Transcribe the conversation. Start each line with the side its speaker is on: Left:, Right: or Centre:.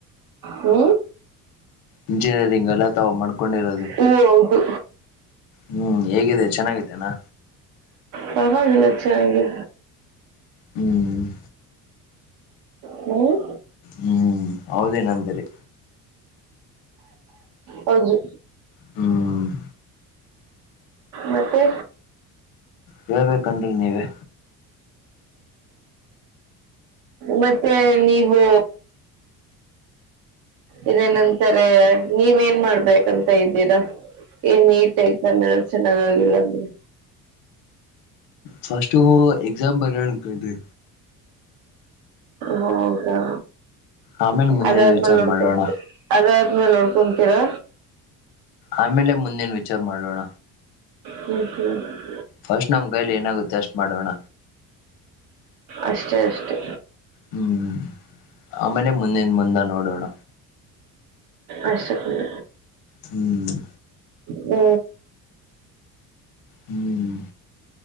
Right: ಹ್ಮ
Left: ಇಂಜಿನಿಯರಿಂಗ್ ಎಲ್ಲ ತಾವು ಮಾಡ್ಕೊಂಡಿರೋದು
Right: ಹ್ಮ್ ಹೌದು
Left: ಹ್ಮ್ ಹೇಗಿದೆ ಚೆನ್ನಾಗಿದ್ದೇನಾ
Right: ಪರ್ವಾಗಿಲ್ಲ ಚೆನ್ನಾಗೈತೆ
Left: ಹ್ಮ್
Right: ಹ್ಮ್
Left: ಹ್ಮ್ ಹೌದೇನಂತರಿ
Right: ಹೌದ್ರಿ
Left: ಹ್ಮ್ <inaudible>
Right: ಮತ್ತೆ
Left: ಹೇಳ್ಬೇಕನ್್ರಿ ನೀವೆ
Right: ಮತ್ತೆ ನೀವು ಇದೇನಂತಾರೆ ನೀವೇನ್ ಮಾಡ್ಬೇಕಂತ ಇದ್ದೀರಾ ಏನ್ ನೀಟ್ ಆಯತೆ ಚೆನ್ನಾಗ ಆಾಗಿಿಲ್ಲ ಅಂದ್ರೆ
Left: ಫಸ್ಟು ಎಕ್ಸಾಮ್ ಬರ ಅಕೊಂಡ್ರಿ
Right: ಹೌದಾ
Left: ಆಮೇಲೆ ಮುಂದಿನ
Right: ಅದಾದ್ಮ
Left: ವಿಚಾರ
Right: ನೋಡ್ಕ
Left: ಮಾಡೋಣ
Right: ಅದಾದ ಮೇಲೆ ನೋಡ್ಕೊಂತೀರಾ
Left: ಆಮೇಲೆ ಮುಂದೇನ್ ವಿಚಾರ ಮಾಡೋಣ
Right: ಹ್ಮ ಹ
Left: ಫಸ್ಟ್ ನಮ್ ಕೈಲಿ ಏನಾಗುತ್ತೆ ಅಷ್ಟ್ ಮಾಡೋಣ
Right: ಅಷ್ಟೇ ಅಷ್ಟೇ
Left: ಹ್ಮ್ ಆಮೇಲೆ ಮುಂದಿನ ಮುಂದ ನೋಡೋಣ
Right: ಆಶಕಂಡ
Left: ಹ್ಮ್
Right: ಹ್ಮ
Left: ಹ್ಮ್